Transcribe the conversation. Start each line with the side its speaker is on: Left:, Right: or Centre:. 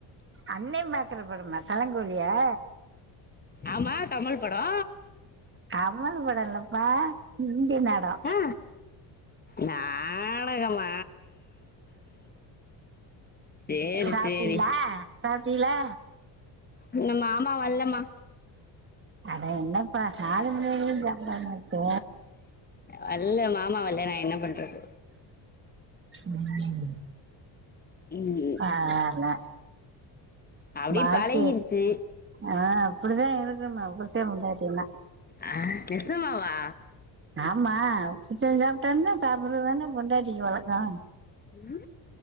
Right: அண்ணே பாக்குற படமா சலங்கொலி யா
Left: ஆமா கமல் படோ
Right: கமல் படோ இல்லப்பா ஹந்தி நடோ
Left: ஆ நாடகமா சேரி
Right: சாப்டீளா
Left: சேரி
Right: சாப்டீளா
Left: இன்னு மாமா வர்லமா
Right: அடா என்னப்பா நாலு மணி வரியு சாப்டாம இருக்க
Left: வல்ல மாமா வல்ல நான் என்ன பண்றது
Right: ம்
Left: ம்
Right: பரவால்ல
Left: அப்படியே
Right: வாழ்க்கே
Left: பழகிருச்சு
Right: ஆ அப்படிதா இருக்கனு புருசே பொண்டாட்டினா
Left: ஆ நெசமாவா
Right: ஆமா புருசன் சாப்டோன்னே சாப்பறதுதானே பொண்டாட்டிக்கு வழக்கோ
Left: உம்